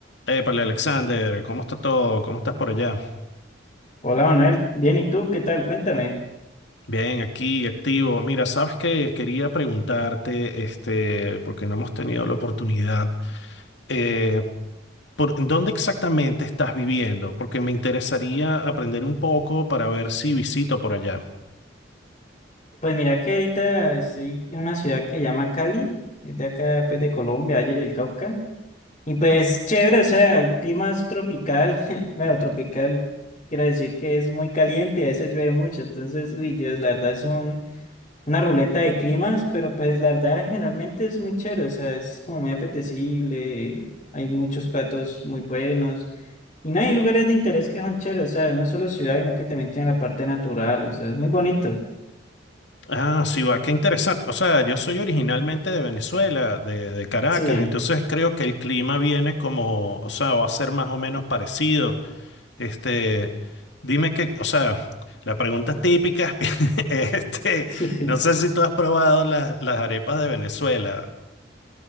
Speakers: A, on the left; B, on the left.
A: Épale, Alexander, ¿cómo está todo? ¿Cómo estás por allá?
B: Hola Manuel, bien, ¿y tú qué tal? Cuéntame.
A: Bien, aquí, activo. Mira, sabes que quería preguntarte, este, porque no hemos tenido la oportunidad, eh, por, ¿dónde exactamente estás viviendo? Porque me interesaría aprender un poco para ver si visito por allá.
B: Pues mira que ahorita estoy en una ciudad que se llama Cali, es de acá pues de Colombia, Valle del Cauca. Y pues chévere, o sea, el clima es tropical, <laughs> bueno, tropical quiere decir que es muy caliente y a veces llueve mucho, entonces, uy, Dios, la verdad es un, una ruleta de climas, pero pues la verdad generalmente es muy chévere, o sea, es como muy apetecible, hay muchos platos muy buenos y no hay lugares de interés que son chéveres, o sea, no solo ciudad, sino que también tiene la parte natural, o sea, es muy bonito.
A: Ah, sí, va, qué interesante. O sea, yo soy originalmente de Venezuela, de, de Caracas,
B: Sí.
A: entonces creo que el clima viene como, o sea, va a ser más o menos parecido. Este, dime que, o sea, la pregunta típica, <laughs> este,
B: <laughs>
A: no sé si tú has probado las, las arepas de Venezuela.